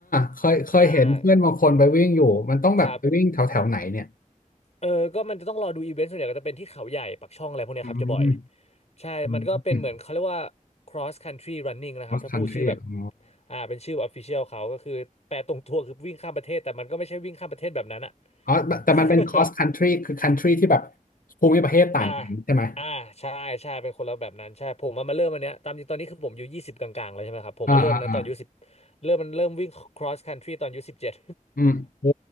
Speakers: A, on the left; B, on the left.
A: เคยเคยเห็นเพื่อนบางคนไปวิ่งอยู่มันต้องแบบไปวิ่งแถวแถวไหนเนี่ย
B: อ่าครับเออก็มันจะต้องรอดูอีเวนต์ส่วนใหญ่ก็จะเป็นที่เขาใหญ่ปักช่องอะไรพวกเนี้ยครับจะบ่อย
A: อืม
B: ใช่มันก็เป็นเหมือนเขาเรียกว่า
A: อืม
B: cross country running นะครับถ้าพูดชื่อแบบ
A: cross country อ๋อ
B: อ่าเป็นชื่อ official เขาก็คือแปลตรงตัวคือวิ่งข้ามประเทศแต่มันก็ไม่ใช่วิ่งข้ามประเทศแบบนั้นอะ
A: อ๋อแต่มันเป็น
B: <laughs>
A: cross country คือ country ที่แบบภูมิประเทศต่างกันใช่ไหม
B: อ่าอ่าใช่ใช่เป็นคนละแบบนั้นใช่ผมมามาเริ่มอันเนี้ยตามจริงตอนนี้คือผมอายู่ยี่สิบกลางๆแล้วใช่ไหมครับผมมาเริ่มอันนั้นตอนอายุสิบ
A: อ่าอ่าอ่า
B: เริ่มมันเริ่มวิ่ง cross country ตอนอายุสิบเจ็ด
A: อืมโอ้